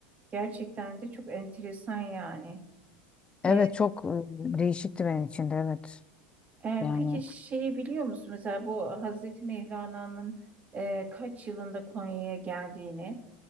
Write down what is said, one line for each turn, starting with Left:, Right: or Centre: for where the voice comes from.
Right: gerçekten de çok enteresan yani.
Left: Evet
Right: E,
Left: çok e, değişikti benim için de evet.
Right: Ee,
Left: Yani
Right: peki şeyi biliyor musun? Mesela bu Hazreti Mevlana'nın e, kaç yılında Konya'ya geldiğini,